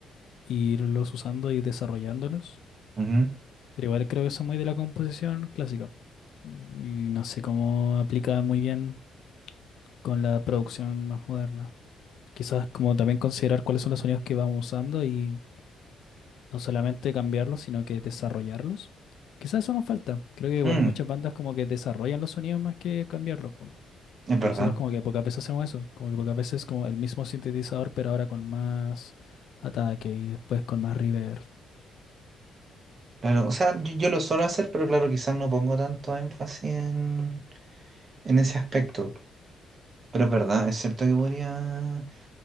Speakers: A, on the left; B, on the right.
A: y irlos usando y desarrollándolos.
B: Ujú.
A: Pero igual creo que eso es muy de la composición clásica. Y no sé cómo aplica muy bien con la producción más moderna. Quizás como también considerar cuáles son los sonidos que vamos usando y no solamente cambiarlos, sino que desarrollarlos. Quizás eso nos falta. Creo que igual
B: Mm,
A: muchas bandas como que desarrollan los sonidos más que cambiarlos. po.
B: es verdad.
A: Nosotros como que pocas veces hacemos eso. Como que pocas veces como el mismo sintetizador, pero ahora con más ataque y después con más reverb.
B: Claro, o sea, yo, yo lo suelo hacer, pero claro, quizás no pongo tanto énfasis en, en ese aspecto. Pero es verdad, es cierto que podría...